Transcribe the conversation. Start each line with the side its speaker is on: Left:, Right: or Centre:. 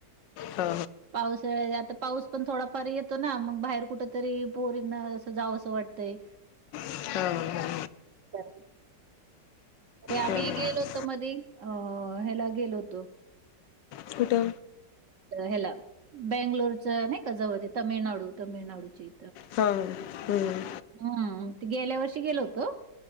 Left: हा
Right: पाऊस वेळ आता पाऊस पण थोडाफार येतो ना मग बाहेर कुठ तरी पोरीना अस जाव असं वाटतंय
Left: हा हा हा
Right: चचा अरे आम्ही
Left: हा.
Right: गेलोतो मध्ये अ ह्याला गेलो होतो
Left: स्टा
Right: हला बेंगलोरच नाही का जवळ ते तमिळनाडू तमिळनाडूची
Left: हा हम्म.
Right: हम् गेल्या वर्षी गेलो होतो